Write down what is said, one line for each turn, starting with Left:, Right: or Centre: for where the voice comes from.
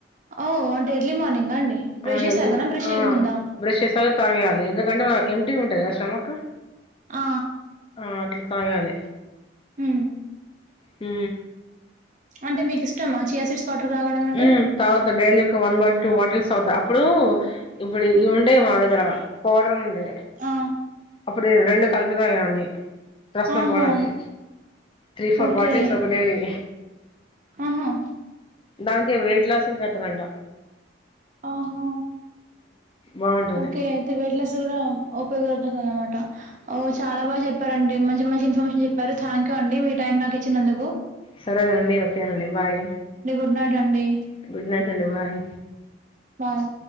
Right: ఓ అంటే ఎర్లీ మార్నింగా అండి బ్రష్
Left: ఆ
Right: చేసాకనా
Left: ఎల్లు
Right: బ్రష్
Left: ఆ
Right: చేయక ముందా
Left: బ్రష్ చేస్తేనే తాగేయాలి ఎందుకంటే ఎంప్టీగా ఉంటుందిగా స్టామక్కు
Right: ఆ
Left: ఆ అట్లా తాగేయాలి
Right: ఉ
Left: ఉ
Right: అంటే మీకు ఇష్టమా చియాసీడ్స్ వాటర్ తాగడం అంటే
Left: ఉ తాగతా డైలీ ఒక వన్ బాటిల్ టూ బాటిల్స్ తాగుతా అప్పుడు ఇప్పుడు ఇవి ఉండే మా దగ్గర పౌడర్ ఉండే
Right: ఆ
Left: అప్పుడు రెండు కలిపి తాగేదాన్ని. రాస్నా
Right: ఆహా
Left: పౌడర్ అది తీ ఫోర్
Right: ఓకే
Left: బాటిల్స్ ఒక డైలీ
Right: ఆహా
Left: దానికే వెయిట్ లాసింగ్ అయితారంట
Right: ఆహా
Left: బాగుంటుంది
Right: ఓకే అయితే వెయిట్లెస్ కూడా ఉపయోగపడుతుంది అనమాట. ఓ చాలా బాగా చెప్పారండి మంచి మంచి ఇన్ఫర్మేషన్ చెప్పారు థ్యాంక్ యూ అండి మీ టైం నాకు ఇచ్చినందుకు.
Left: సరేనండి ఓకేనండి బాయ్
Right: ఉన్నారండి
Left: గుడ్ నైట్ అండి బాయ్
Right: బాయ్